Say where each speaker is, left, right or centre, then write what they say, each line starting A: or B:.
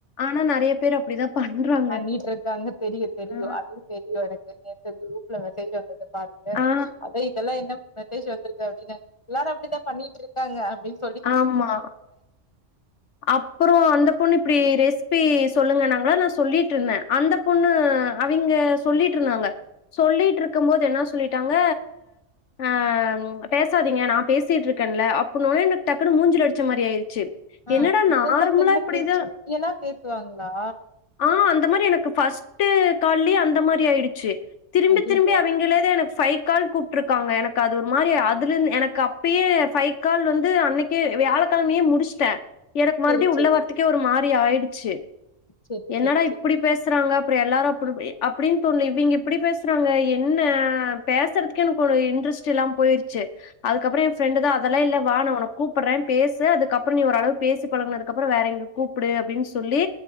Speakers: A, on the left; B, on the left.
A: ஆனா நெறைய பேர் அப்படிதான் பண்றாங்க.
B: பண்ணிட்ருக்காங்க தெரியு தெரியு
A: ஆ.
B: அது தெரியு எனக்கு நேத்து குரூப்ல மெசேஜ் வந்தது பாத்தே
A: ஆ.
B: அதா இதெல்லா என்ன மெதேஜ் வந்திருக்கு அப்டின்ன எல்லாரு அப்டிதா பண்ணிட்ருக்காங்க அப்டின்
A: ஆமா அப்பறோ அந்த பொண்ணு இப்டி ரெசிபி சொல்லுங்கனாங்களா சொல்லிட்ருந்தே அந்த பொண்ணு அவிங்க சொல்லிட்ருந்தாங்க சொல்லிட்டு இருக்கும் போது என்ன சொல்லிட்டாங்க ஆ பேசாதீங்க நா பேசிட்டு இருக்கேன்ல அப்னோனே எனக் டக்குன்னு மூஞ்சுல அடிச்ச மாரி ஆயிருச்சு
B: ஆ
A: என்னடா
B: இதெல்லா
A: நார்மலா
B: என்ன
A: இப்டிதான்
B: பேச்சு இப்பல்லா பேசுவாங்ளா
A: ஆ அந்த மாரி எனக்கு ஃபர்ஸ்ட்டு கால்லே அந்த மாரி ஆயிடுச்சு திரும்பி
B: ஐயையோ
A: திரும்பி அவிங்களே தா எனக் ஃபை கால் கூப்ட்ருக்காங்க எனக்கு அது ஒரு மாரி அதுலந்து எனக்கு அப்பியே ஃபை கால் வந்து அன்னைக் கே வியாழக்கிழமையே முடிஸ்ட்ட எனக் மறுபடியு
B: செரி செரி
A: உள்ள வரத்துக்கே ஒரு மாரி ஆயிடுச்சு
B: செரி
A: என்னடா
B: செரி
A: இப்டி
B: செரி
A: பேசுறாங்க அப்ற எல்லாரு கொடுமையே அப்டின் தோண்ல இவிங்க இப்டி பேசுறாங்க என்ன பேசுறதுக்கு எனக் ஒரு இன்ட்ரெஸ்ட் இல்லாம் போயிரு ச்சு அதுக்கப்பறோ என் ஃப்ரெண்டு தா அதெல்லா இல்ல வா நா உனக் கூப்பற பேசு அதுக்கப்பற நீ ஓரளவு பேசி பழகுனதுக்கு அப்ற வேறவிங்களுக் கூப்டு அப்டின் சொல்லி